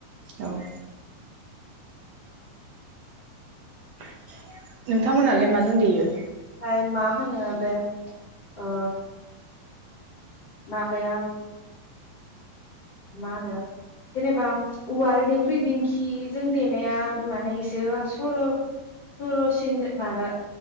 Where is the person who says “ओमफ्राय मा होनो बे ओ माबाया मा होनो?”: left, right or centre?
Left